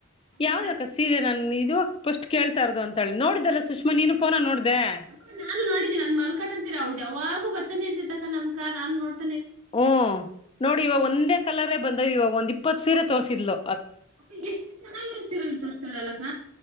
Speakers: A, on the right; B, on the left.
A: ಅದು
B: ಯಾವ್ದಕ್ಕ
A: ಕರೆಕ್ಟ್
B: ಸೀರೆ ನನ್ನ ಇದು ಫಸ್ಟ್ ಕೇಳ್ತಾ ಇರೋದ್ ಅಂತಾಳೆ. ನೋಡ್ದಲ್ಲ ಸುಷ್ಮಾ ನೀನು, ಫೋನ್ನಾಗ ನೋಡ್ದಲ್ಲ ಬ್ಯಾ
A: ಅಕ್ಕ ನಾನು ನೋಡಿದ್ದೀನಿ ನನ್ ಮಲ್ಕಟನ ಸೀರೆ, ಅವಳುದು ಯಾವಾಗೂ ಬರ್ತಾನೆ ಇರ್ತದೆ ಅಕ್ಕ ನಮಕ. ನಾನು ನೋಡ್ತೀನಿ
B: ಹ್ಮ ನೋಡಿ ಇವಾಗ ಒಂದೇ ಕಲರೇ ಬಂದಾವ್, ಇವಾಗ ಒಂದ್ ಇಪ್ಪತ್ ಸೀರೆ ತೋರಿಸಿದ್ಲು
A: ಅಕ್ಕ ಎಷ್ಟು ಚೆನ್ನಾಗಿರ ಸೀರ ತೋರ್ಸ್ತಳಲ್ಲಕ್ಕ